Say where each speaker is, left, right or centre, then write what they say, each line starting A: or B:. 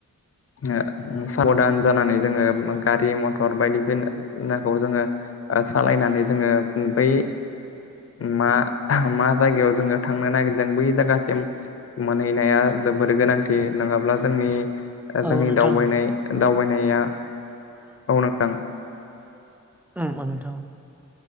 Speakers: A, on the left; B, in the centre.
A: ओ साबधान जानानै जोङो गारि -मथर बायदिनानाखौ जोङो सालायनानै जोङो बै मा मा जायगायाव जोङो थांनो नागिरदों बै जायगासिम मोनहैनाया जोबोद गोनांथि नङाब्ला जोंनि जोंनि
B: औ नोंथां
A: दावबायनाय- दावबायनाया औ नांथां
B: उम नोंथां